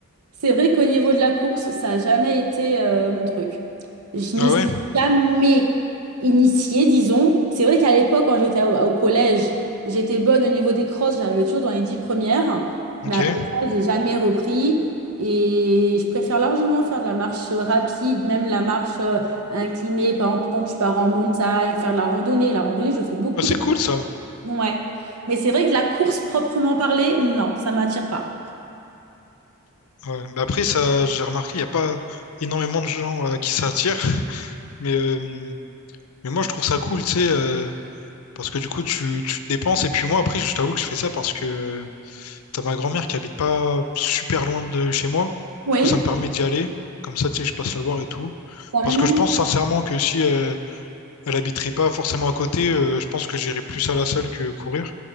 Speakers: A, on the right; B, on the left.
A: C'est vrai qu'au niveau de la course, ça n'a jamais été euh, mon truc. Je n'y
B: Ah
A: suis
B: ouais,
A: jamais initiée, disons. C'est vrai qu'à l'époque, quand j'étais au, au collège, j'étais bonne au niveau des crosses, j'arrivais toujours dans les dix premières. Mais
B: ok.
A: après ça, j'ai jamais repris. Et je préfère largement faire de la marche rapide, même la marche euh, inclinée. Par exemple, quand tu pars en montagne, faire de la randonnée. La randonnée, je fais beaucoup
B: Ah, c'est
A: de
B: cool ça.
A: randonnée. Ouais. Mais c'est vrai que la course proprement parlée, non, ça m'attire pas.
B: Ouais, mais après, ça, j'ai remarqué, il n'y a pas énormément de gens euh, qui s'attirent. Mais, euh, mais moi, je trouve ça cool, tu sais, euh, parce que du coup, tu, tu te dépenses. Et puis moi, après, je t'avoue que je fais ça parce que euh, t'as ma grand-mère qui habite pas super loin de chez moi.
A: Oui,
B: Du coup, ça me permet d'y aller. Comme ça, tu sais, je passe la voir et tout.
A: carrément.
B: Parce que je pense sincèrement que si euh, elle habiterait pas forcément à côté, euh, je pense que j'irais plus à la salle que courir.